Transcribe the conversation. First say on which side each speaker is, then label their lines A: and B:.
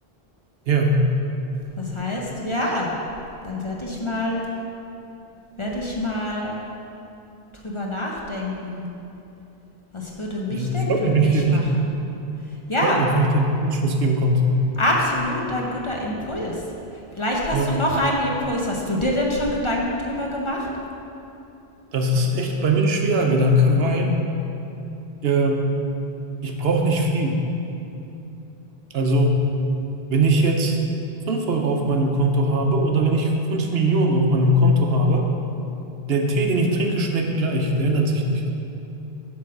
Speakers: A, on the right; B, on the left.
A: ja,
B: Das heißt, ja, dann werde ich mal, werde ich mal drüber nachdenken. Was würde mich
A: ja.
B: denn
A: Freut
B: glücklich
A: mich, wenn ich dir, wenn
B: machen?
A: ich dir,
B: Ja,
A: freut mich, wenn ich dir den Anschluss geben konnte.
B: Absoluter guter Impuls. Vielleicht hast
A: Ja,
B: du noch einen Impuls. Hast du dir denn schon Gedanken drüber gemacht?
A: das ist echt bei mir ein schwerer Gedanke, weil ähm, ich brauche nicht viel. Also Wenn ich jetzt 5 Euro auf meinem Konto habe oder wenn ich 5 Millionen auf meinem Konto habe, der Tee, den ich trinke, schmeckt gleich, der ändert sich nicht.